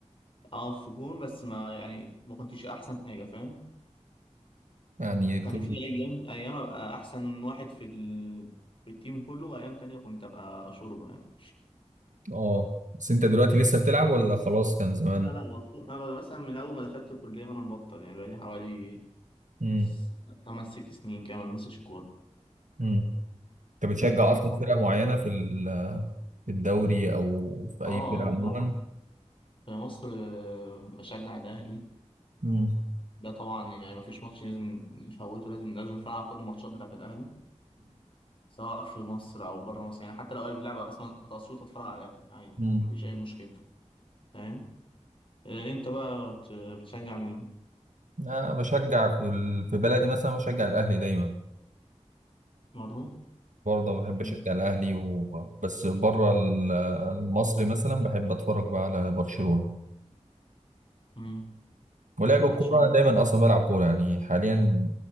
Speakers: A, on the left; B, on the right.
A: أقف في جون بس ما يعني ما كنتش أحسن حاجة فاهم
B: يعني بت-
A: كان في ايام ايام ابقى احسن واحد في ال... في التيم كله وايام تانية كنت ابقى شوربة يعني
B: اه بس انت دلوقتي لسه بتلعب ولا خلاص كان زمان
A: لا لا بطل انا مثلا من اول ما دخلت الكلية وانا مبطل يعني بقالي حوالي
B: امم
A: س- خمس ست سنين كده ما بلمسش كورة
B: امم انت بتشجع
A: الموضوع-
B: اصلا فرقه معينه في ال- في الدوري او في
A: اه
B: اي فرقه
A: آه،
B: عموما
A: طبعا في مصر آه، بشجع الاهلي
B: امم
A: ده طبعا يعني ما فيش ماتش لازم نفوته لازم لازم اتفرج على كل الماتشات بتاعت الاهلي سواء في مصر او بره مصر يعني حتى لو الاهلي بيلعب اصلا تقسيط اتفرج على الاهلي عادي
B: امم
A: مفيش اي مشكلة فاهم آه، انت بقى بت- بتشجع مين
B: أنا بشجع في ال- في بلدي مثلا بشجع الأهلي دايما
A: برضه
B: برضه بحب
A: مم.
B: أشجع الأهلي و... بس بره ال- المصري مثلا بحب أتفرج بقى على برشلونة
A: مم.
B: ولعب الكورة
A: برشلونة
B: أنا دايما أصلا بلعب كورة يعني حاليا